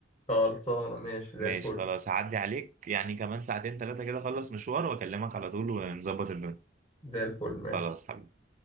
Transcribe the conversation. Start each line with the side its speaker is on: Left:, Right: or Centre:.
Left: خلصانة ماشي زي
Right: ماشي
Left: الفل
Right: خلاص هعدي عليك يعني كمان ساعتين ثلاثه كده اخلص مشوار واكلمك على طول ونظبط الدنيا
Left: زي الفل ماشي
Right: خلاص حبيبي